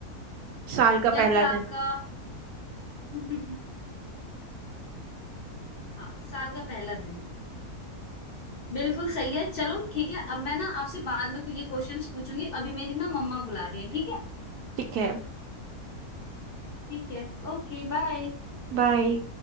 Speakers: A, on the right; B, on the left.
A: साल का
B: या
A: पहला
B: फिर आपका
A: दिन
B: <laughs> हाँ साल का पहला दिन बिल्कुल सही है चलो ठीक है अब मैं ना आपसे बाद में कोई ये क्वेश्चंस पूछूंगी अभी मेरी ना मम्मा बुला रही है ठीक है
A: ठीक है
B: ठीक है ओके बाय
A: बाय